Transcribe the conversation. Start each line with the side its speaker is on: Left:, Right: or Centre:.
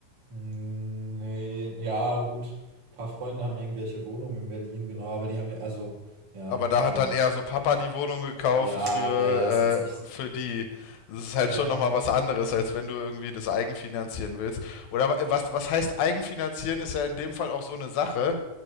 Right: Hm, Nee, ja, gut. Ein paar Freunde haben irgendwelche Wohnungen in Berlin, genau, aber die haben ja, also, ja,
Left: Aber da
Right: aber,
Left: hat dann eher so Papa die Wohnung gekauft
Right: ja,
Left: für,
Right: ja, ja, ist jetzt nicht,
Left: äh, für die. Das ist halt
Right: ja,
Left: schon nochmal was anderes, als wenn du irgendwie das eigenfinanzieren willst. Oder wa- was, was heißt eigenfinanzieren, ist ja in dem Fall auch so eine Sache.